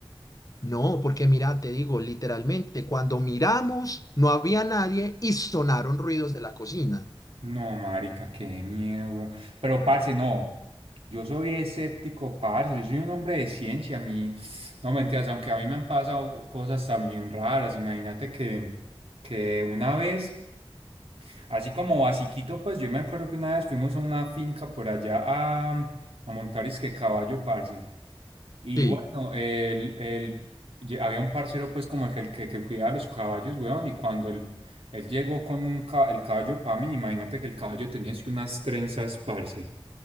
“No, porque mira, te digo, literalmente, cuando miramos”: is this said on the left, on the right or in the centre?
Left